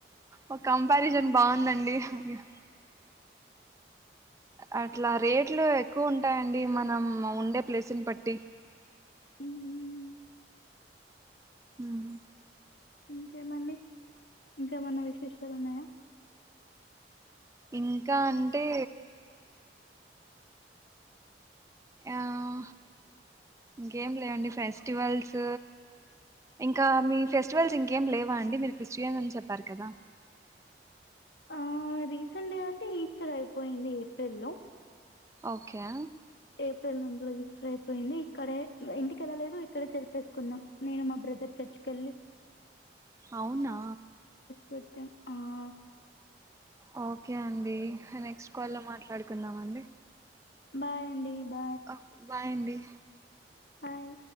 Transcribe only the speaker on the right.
ఒక కంపారిజన్ బాగుందండి ఆ. అట్లా రేట్లు ఎక్కువ ఉంటాయండి మనం ఉండే ప్లేసుని బట్టి.
హామ్
ఇంకా అంటే. ఆహా ఇంకేం లేవండి ఫెస్టివల్స్ ఇంకా మీ ఫెస్టివల్స్ ఇంకేమి లేవా అండి మీరు క్రిస్టియన్స్ అని చెప్పారు కదా.
ఓకే.
అవున.
ఆ ఓకే అండి నెక్స్ట్ కాల్లో మాట్లాడుకుందామ అండి.
ఆ బాయ్ అండి.